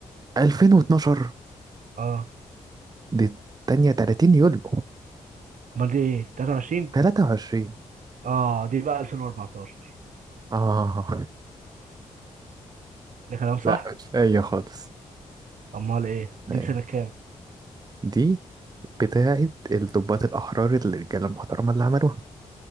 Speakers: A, on the right; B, on the right.
A: 2012
B: اه
A: دي التانية 30 يوليو
B: امال دي ايه 23
A: 23
B: اه دي بقى 2014
A: آه
B: ده كلام صح
A: لا مش أي خالص
B: امال ايه
A: لا
B: دي سنة
A: إيه.
B: كام
A: دي بتاعة الضباط الأحرار الرجالة المحترمة اللي عملوها